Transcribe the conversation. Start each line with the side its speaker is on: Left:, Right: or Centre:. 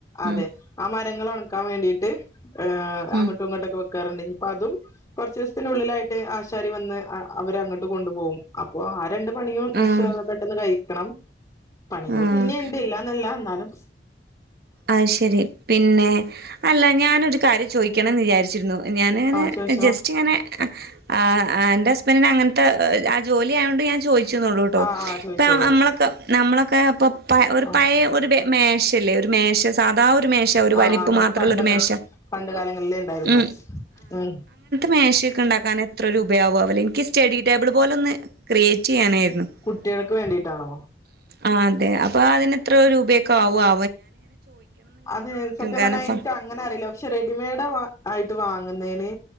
Left: അതെ
Right: ഉം
Left: ആ മ ഞങ്ങളൊണക്കാൻ വേണ്ടീട്ട് അങ്ങട്ടുങ്ങട്ടൊക്കെ
Right: ഉം
Left: വെ ക്കാറ്ണ്ട് ഇഞ് പ്പതും കൊർച്ചീസത്തിനുള്ളിലായിട്ട് ആശാരി വന്ന് അ അവരങ്ങോട്ട് കൊണ്ടുപോകും അപ്പൊ ആ രണ്ട് പണിയും ഇൻശ
Right: ആഹ്
Left: അല്ലാഹ്‌ പെട്ടെന്ന് കഴിക്കണം. പണികള്
Right: ആഹ്
Left: പിന്നിണ്ട് ല്ലാ ന്നല്ല ന്നാലും
Right: അയ്ശരി പിന്നെ അല്ല ഞാനൊരു കാര്യം ചോയിക്കണന്ന് വിചാരിച്ചിരുന്നു ഞാനിങ്ങനെ
Left: ആഹ് ചോദിച്ചോ
Right: ജസ്റ്റ് ഇങ്ങനെ ആ എന്റെ ഹസ്ബൻഡന് അങ്ങനത്തെ ജോലി ആയോണ്ട് ഞാൻ ചോദിച്ന്നൊള്ളൂ ട്ടോ
Left: ആഹ് ആഹ് ചോദിച്ചോളൂ
Right: ഇപ്പൊ നമ്മളൊക്കെ നമ്മളൊക്കെ ഇപ്പൊ പ ഒരു
Left: ആഹ്
Right: പയേ ഒരു മേശല്ലേ ഒരു മേശ സാധാ ഒരു മേശ ഒരു വലിപ്പ്
Left: ആഹ് ആഹ് നമുക്ക്
Right: മാത്ര
Left: പണ്ടൊക്കെ
Right: ള്ളൊരു മേശ
Left: പണ്ട് കാലങ്ങളിലെ ഉണ്ടായിരുന്നേ
Right: ഉം
Left: ഉം
Right: മേശെക്കെ ണ്ടാക്കാന് എത്ര രുപ യാവു ആവുലേ ഇൻക്ക് സ്റ്റഡി ടേബിൾ പോലൊന്ന് ക്രിയേറ്റെയ്യാനായി <unintelligible>
Left: കുട്ടികൾക്ക് വേണ്ടിട്ടാണോ
Right: ആ അതെ അപ്പൊ അതിന് എത്ര രൂപയൊക്കെ ആവു ആ
Left: അതെ സത്യം
Right: കാരണം
Left: പർഞ്ഞാ
Right: ഇപ്പം
Left: ഇൻക്ക് അങ്ങനെ അറീല്ല പക്ഷെ റെഡിമെയ്ഡാവാ ആയിട്ട് വാങ്ങുന്നയ്ന്